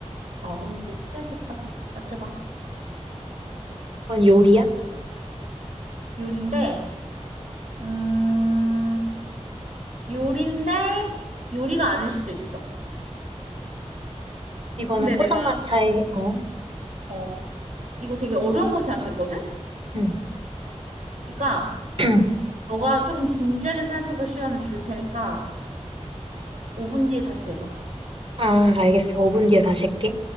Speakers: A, on the right; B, on the right.
A: 어, 음식 생각했어. 맞춰봐.
B: 이건 요리야?
A: 요리인데, 음, 요리인데, 요리가 아닐 수도 있어.
B: 이거는
A: 근데
B: 포장마차에,
A: 내가,
B: 어?
A: 어, 이거 되게 어려운 거 생각했거든?
B: 응.
A: 그러니까,
B: <clears throat>
A: 너가 조금 진지하게 생각해 볼 시간을 줄 테니까, 5분 뒤에 다시 해봐.
B: 아, 알겠어. 5분 뒤에 다시 할게.